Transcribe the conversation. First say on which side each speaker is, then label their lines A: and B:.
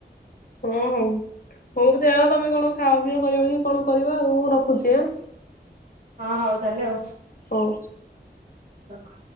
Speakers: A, on the right; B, on the left.
A: <inaudible>
B: ହଁ ହଉ। ହଉ ଯାଅ ତମେ କଣ ଖାଅ ପିଅ କରିବ କି କଣ କରିବ ଆଉ ମୁଁ ରଖୁଛି ଆଁ।
A: ହଁ ହଉ ତାହାଲେ ଆଉ।
B: ହଉ।
A: ରଖ।